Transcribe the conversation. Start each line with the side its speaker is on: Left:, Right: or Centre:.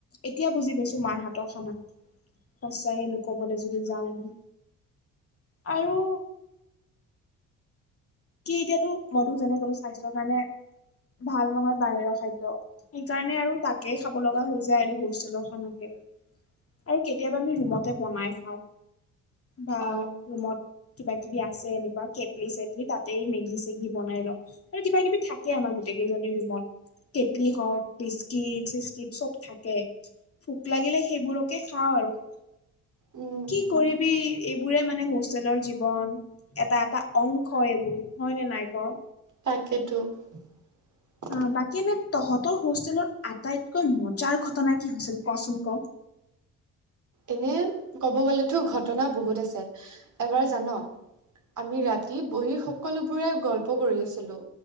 Left: এতিয়া বুজি পাইছোঁ মাৰ হাতৰ খানা। সঁচাকে ক'বলৈ যদি যাওঁ আমি আৰু কি এতিয়াতো, মই তোৰ যেনে গ'লো স্বাস্থ্যৰ কাৰণে ভাল নহয় বাহিৰৰ খাদ্য। সেইকাৰণে আৰু তাকে খাব লগা হৈ যায় আৰু হোষ্টেলৰ খানাকে। আৰু কেতিয়াবা আমি ৰুমতে বনাই খাওঁ। বা
Right: অ'।
Left: ৰুমত কিবা কিবি আছে এনেকুৱা কেটলি-চেটলি তাত তাতে মেগি-চেগি বনাই লওঁ আৰু কিবা কিবি থাকে আমাৰ গোটেই কেইজনীৰ ৰুমত। কেটলি হওঁক বিস্কিট-চিস্কিট চব থাকে, ভোক লাগিলে সেইবোৰক কে খাওঁ আৰু।
Right: উম,
Left: কি
Right: উম,
Left: কৰিবি এইবোৰে মানে হোষ্টেলৰ জীৱন। এটা এটা অংশ এইবোৰ, হয়নে নাই ক?
Right: তাকেতো। <inaudible>
Left: অ বাকী এনে তহঁতৰ হোষ্টেলৰ আটাইতকৈ মজাৰ ঘটনা কি হৈছিল কচোন ক?
Right: এনে ক'ব গ'লেতো ঘটনা বহুত আছে, এবাৰ জানো আমি ৰাতি বহি সকলোবোৰে গল্প কৰি আছিলোঁ